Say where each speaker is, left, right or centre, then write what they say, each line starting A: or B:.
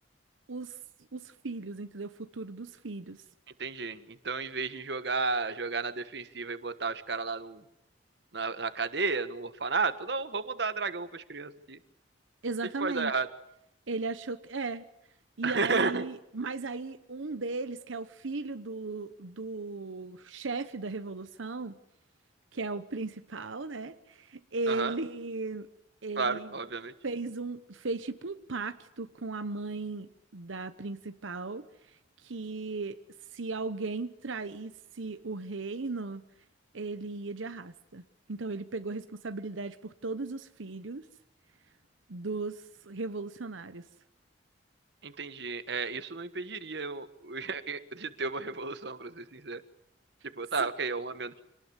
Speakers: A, on the right; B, on the right.
A: os, os filhos, entendeu? O futuro dos filhos.
B: entendi. Então, em vez de jogar, jogar na defensiva e botar os caras lá no, na, na cadeia, no orfanato, não, vamos dar dragão pras crianças aqui.
A: Exatamente.
B: A gente pode dar errado.
A: Ele achou que é. E
B: <laughs>
A: aí, mas aí um deles, que é o filho do, do chefe da revolução, que é o principal, né? Ele
B: Aham,
A: ele
B: claro, obviamente.
A: fez um fez tipo um pacto com a mãe da principal que se alguém traísse o reino, ele ia de arrasta. Então ele pegou responsabilidade por todos os filhos dos revolucionários.
B: Entendi. É, isso não impediria eu, <laughs> de ter uma revolução, pra ser sincero. Tipo,
A: Se-
B: tá, ok, é um a menos.